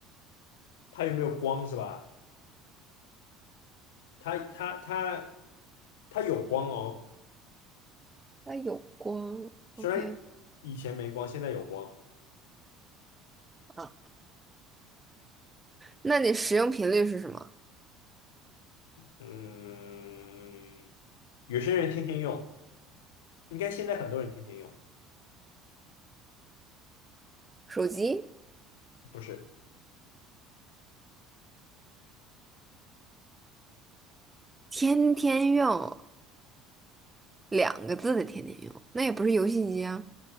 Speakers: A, on the left (about 85°); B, on the right (about 15°).
A: 它有没有光是吧？它它它它有光哦。
B: 它有光，OK
A: 虽然以前没光，现在有光。
B: 啊啊，那你使用频率是什么？
A: 嗯，有些人天天用，应该现在很多人天天用，
B: 手机
A: 不是
B: 天天用，两个字的天天用，那也不是游戏机啊。